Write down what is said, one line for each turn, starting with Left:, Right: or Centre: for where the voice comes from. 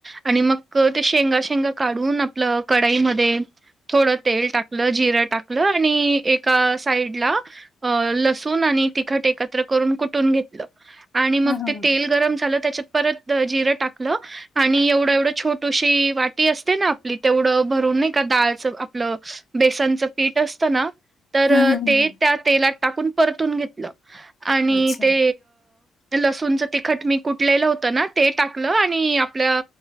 Right: आणि मग ते शेंगा शेंगा काढून आपलं कढाईमध्ये थोडं तेल टाकलं जिरं टाकलं आणि एका साईड ला लसून आणि तिखट एकत्र करून कुठून घेतलं आणि मग
Left: हं हं
Right: ते
Left: हं
Right: तेल गरम झालं त्याच्यात परत जिरं टाकलं आणि एवढं एवढं छोटीशी वाटी असते ना आपली तेवढं भरून नाही का डाळच आपलं बेसनचं पीठ असत ना तर
Left: हं हं
Right: ते
Left: हं
Right: त्या तेलात टाकून परतून घेतलं आणि
Left: अच्छा
Right: ते लसूणचं तिखट मी कुटलेलं होतं ना ते टाकलं आणि आपल्या